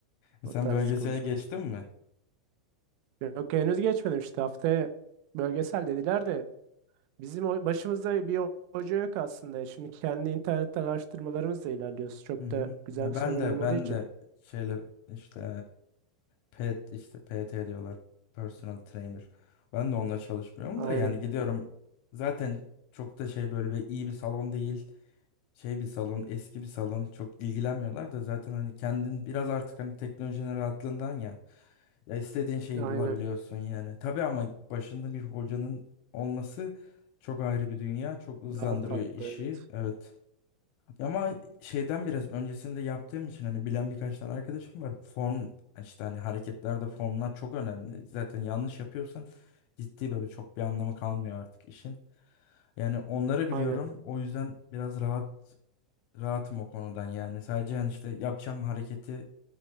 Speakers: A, on the left; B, on the right.
A: E,
B: o
A: Sen
B: tarz
A: bölgesele
B: konuşmak
A: geçtin
B: istedim.
A: mi?
B: Yok henüz geçmedim işte haftaya bölgesel dediler de bizim o- başımızda bir ho- hoca yok aslında. Şimdi kendi internetten araştırmalarımızla ilerliyoruz. Çok
A: Hı hı.
B: da güzel
A: Ya
B: bir salon
A: ben de
B: olmadığı
A: ben
B: için.
A: de şeyle işte pet işte PT diyorlar. Personal trainer. Ben de onunla çalışmıyorum
B: Aynen,
A: da yani gidiyorum. Zaten çok da şey böyle bir iyi bir salon değil. Şey bir salon, eski bir salon. Çok ilgilenmiyorlar da zaten hani kendin biraz artık hani teknolojinin rahatlığından ya. Ya istediğin şeyi
B: aynen.
A: bulabiliyorsun yani. Tabii ama başında bir hocanın olması çok ayrı bir dünya. Çok hızlandırıyor
B: Daha farklı
A: işi.
B: evet.
A: Evet. Ama şeyden biraz öncesinde yaptığım için hani bilen birkaç tane arkadaşım var. Form işte hani hareketlerde formlar çok önemli. Zaten yanlış yapıyorsan ciddi böyle çok bir anlamı kalmıyor artık işin. Yani onları
B: Aynen.
A: biliyorum. O yüzden biraz rahat rahatım o konudan yani. Sadece hani işte yapacağım hareketi